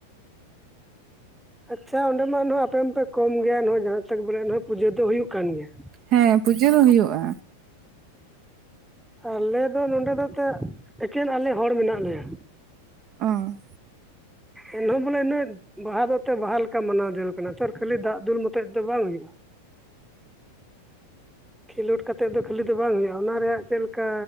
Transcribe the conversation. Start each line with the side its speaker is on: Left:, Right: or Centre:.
Centre: ᱟᱪᱪᱷᱟ ᱚᱸᱰᱮ ᱢᱟ ᱟᱯᱮ ᱢᱟᱯᱮ ᱠᱚᱢ ᱜᱮᱭᱟ ᱡᱟᱦᱟᱸ ᱵᱚᱞᱮ ᱯᱩᱡᱟᱹ ᱫᱚ ᱦᱩᱭᱩᱜ ᱠᱟᱱ ᱜᱮᱭᱟ᱾
Right: ᱦᱮᱸ ᱯᱩᱡᱟᱹ ᱫᱚ ᱦᱩᱭᱩᱜᱼᱟ᱾
Centre: ᱟᱞᱮ ᱫᱚ ᱱᱚᱸᱰᱮ ᱫᱚ ᱮᱱᱛᱮᱫ ᱮᱠᱮᱱ ᱟᱞᱮ ᱦᱚᱲ ᱢᱮᱱᱟᱜ ᱞᱮᱭᱟ᱾
Right: ᱚ‍‍ᱸᱻ
Centre: ᱮᱱᱦᱚᱸ ᱵᱚᱞᱮ ᱤᱱᱟᱹᱜ ᱵᱟᱦᱟ ᱫᱚ ᱮᱱᱛᱮᱫ ᱵᱟᱦᱟ ᱞᱮᱠᱟ ᱢᱟᱱᱟᱣ ᱡᱟᱨᱩᱲ ᱠᱟᱱᱟ ᱛᱚ ᱠᱷᱟᱹᱞᱤ ᱫᱟᱜ ᱫᱩᱞ ᱢᱚᱛᱚᱡ ᱫᱚ ᱵᱟᱝ ᱦᱩᱭᱩᱜᱼᱟ᱾ ᱠᱷᱮᱞᱳᱰ ᱠᱟᱛᱮᱫ ᱫᱚ ᱠᱷᱟᱹᱞᱤ ᱫᱚ ᱵᱟᱝ ᱦᱩᱭᱩᱜᱼᱟ ᱚᱱᱟ ᱨᱮᱭᱟᱜ ᱪᱮᱫ ᱞᱮᱠᱟ᱾